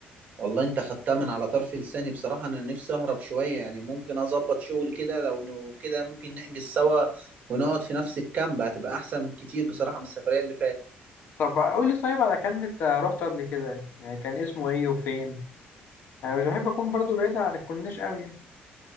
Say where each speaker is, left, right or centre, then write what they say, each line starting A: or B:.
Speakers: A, on the right; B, on the left.
A: والله انت خدتها من على طرف لساني بصراحة انا نفسي اهرب شوية يعني ممكن اظبط شغل كده لو لو كده ممكن نحجز سوا ونقعد في نفس الكامب هتبقى احسن كتير بصراحة من السفرية اللي فاتت
B: طب قول لي طيب على كلمة آه، رحت قبل كده يعني كان اسمه ايه وفين انا مش بحب اكون برضو بعيد عن الكورنيش قوي يعني.